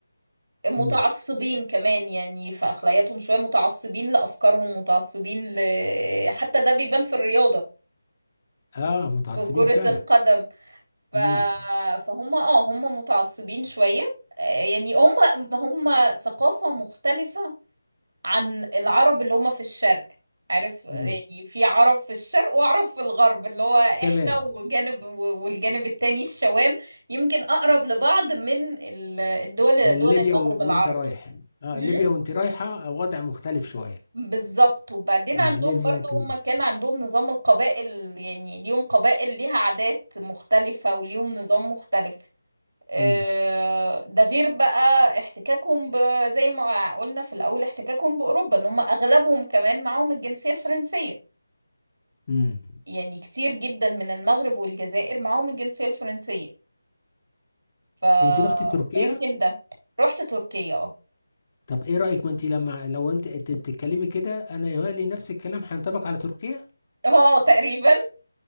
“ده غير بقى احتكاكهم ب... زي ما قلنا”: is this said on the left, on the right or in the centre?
Right